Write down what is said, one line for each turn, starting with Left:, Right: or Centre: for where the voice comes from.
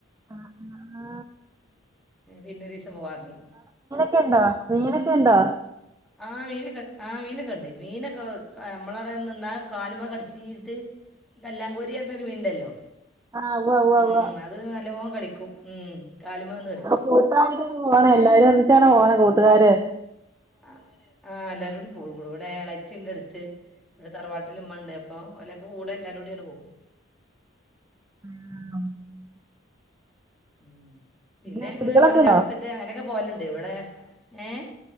Right: ആഹ്
Centre: പിന്നൊരീസം പോവാർന്നു
Right: ണ്ടൊ മീനൊക്കെഇണ്ടാ
Centre: ആഹ് മീനൊക്കെ ആഹ് മീനൊക്കെണ്ട് മീനൊക്കെ നമ്മളവടെനിന്നാ കാലുമ്മ കടിച്ചീട്ട് വെല്ലാകോരിന്നറഞ്ഞൊരു മീന്ണ്ടല്ലോ
Right: ആഹ് ഉവ്വ ഉവ്വ ഉവ്വ
Centre: ഉം അ അത് നല്ലോ കടിക്കും കാല്മെ വാ ന്ന് കടിക്കും
Right: <unintelligible> പോണെ എല്ലാരും ഒന്നിച്ചാണോ പോണേ കൂട്ടുകാര്
Centre: ആഹ് ആല്ലാരുംകൂടികൂടുംകൂടും ഇവിടെ എളേച്ചിണ്ടെട്ത്ത് പിന്നെ തറവാട്ടില് ഇമ്മ ണ്ട് അപ്പോ അലൊക്കെ കൂടെ എല്ലാരുട്യപോവും
Right: മ്
Centre: ഉം പിന്നെ
Right: അവിടെ
Centre: ഞങ്ങള്
Right: ചെടികളൊക്കെ
Centre: വെള്ളച്ചട്ടത്ത്ക്ക്
Right: ഉണ്ടോ
Centre: അങ്ങനെയൊക്കെ പോവല്ണ്ട് ഇവിടെ ഏഹ്